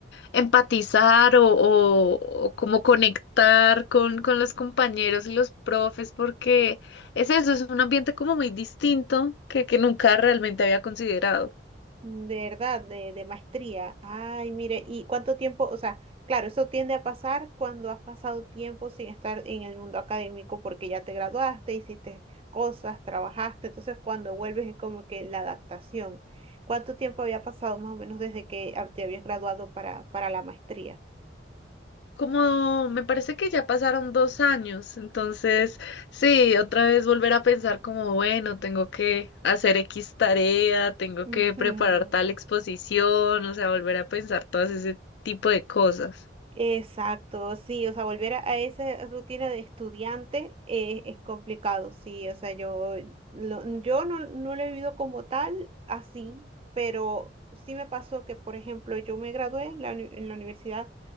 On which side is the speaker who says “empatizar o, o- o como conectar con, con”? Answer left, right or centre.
Left